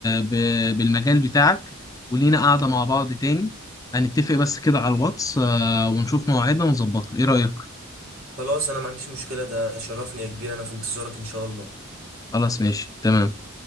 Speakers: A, on the left; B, on the right.
A: ب... بالمجال بتاعك ولينا قاعدة مع بعض تاني هنتفق بس كده على الواتس آه، ونشوف مواعيدنا ونظبطها ايه رأيك
B: خلاص انا ما عنديش مشكلة ده شرفني يا كبير انا في انتظارك ان شاء الله
A: خلاص ماشي تمام